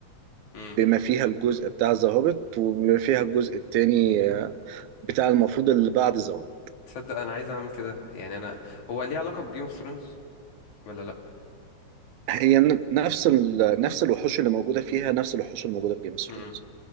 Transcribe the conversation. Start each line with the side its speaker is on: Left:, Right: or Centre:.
Left: امم
Right: بما فيها الجزء بتاع ذا هوبيت وبما فيها الجزء التاني آه، بتاع المفروض اللي بعد ذا هوبيت
Left: تصدق انا عايز اعمل كده يعني انا هو ليه علاقة بجيم اوف ثرونز ولا لا
Right: هي ن- نفس ال... نفس الوحوش اللي موجودة فيها نفس الوحوش اللي موجودة في جيم
Left: امم
Right: اوف